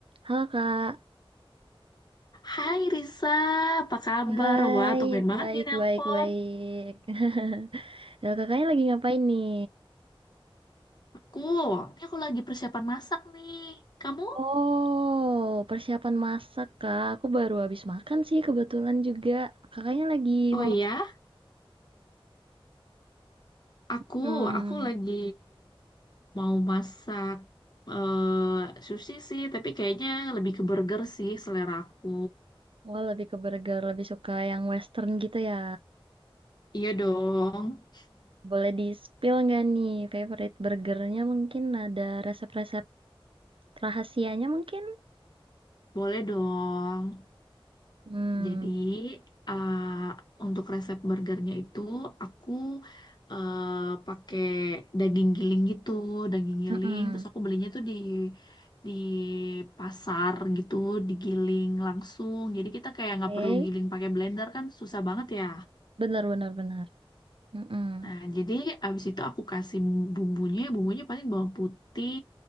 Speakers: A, on the right; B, on the left.
A: Halo Kak,
B: Hai Risa, apa kabar?
A: hai,
B: Wah, tumben banget
A: baik,
B: nih nelpon.
A: baik, baik. <laughs> Halo kakaknya lagi ngapain nih?
B: Aku, ini aku lagi persiapan masak nih. Kamu?
A: Oh, persiapan masak Kak. Aku baru habis makan sih kebetulan juga. Kakaknya lagi
B: Oh
A: mau
B: iya, aku,
A: hmm,
B: aku lagi mau masak eh sushi sih, tapi kayaknya lebih ke burger sih selera aku.
A: wah lebih ke burger, lebih suka yang western gitu ya.
B: Iya dong.
A: Boleh di-spill nggak nih favorite burgernya mungkin ada resep-resep rahasianya mungkin?
B: <laughs> Boleh dong.
A: Hmm,
B: Jadi uh, untuk resep burgernya itu aku uh, pakai daging giling gitu, daging giling.
A: mm-mm.
B: Terus aku belinya tuh di di pasar gitu, digiling langsung. Jadi kita kayak
A: Oke,
B: nggak perlu giling pakai blender kan susah banget ya.
A: Benar, benar, benar. Mm-mm.
B: Nah, jadi abis itu aku kasih bumbunya, bumbunya paling bawang putih,